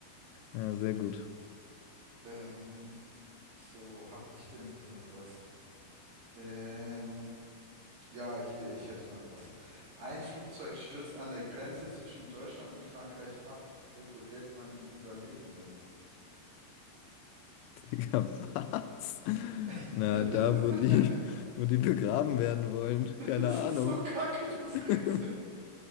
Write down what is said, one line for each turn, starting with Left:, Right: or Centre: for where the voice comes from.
Left: Ja, sehr gut.
Right: Ähm, so, hab ich denn hier noch was? Ähm, ja, hier, ich hätte noch was. Ein Flugzeug stürzt an der Grenze zwischen Deutschland und Frankreich ab. Wo begräbt man die Überlebenden?
Left: Digga, was?
Right: <laughs>
Left: Na, da, wo die, wo die begraben werden wollen, keine
Right: Das
Left: Ahnung.
Right: ist so kacke, das
Left: <laughs>
Right: Rätsel.